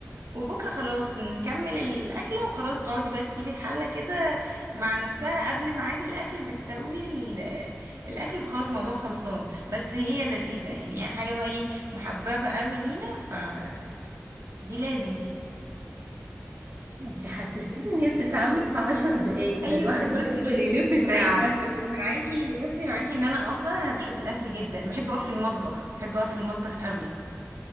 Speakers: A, on the right; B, on the right.
A: وبكره خلاص نكمل الاكله وخلاص بتقعدي بقى تسيبي الحله كده مع نفسها قبل ميعاد الاكل بتسوي ال- الاكل فخلاص الموضوع خلصان بس هي لذيذه يعني هي حاجه بقى ايه محببه قوي لينا فدي لازم دي
B: انت حسستيني ان هي بتتعمل في عشر دقايق
A: ايوه
B: ده الواحد
A: بصي
B: بيفضل
A: بس
B: يلف
A: معاكي
B: ساعة
A: معاكي بصي معاكي ان انا اصلا انا بحب الاكل جدا بحب اقف في المطبخ بحب اقف في المطبخ قوي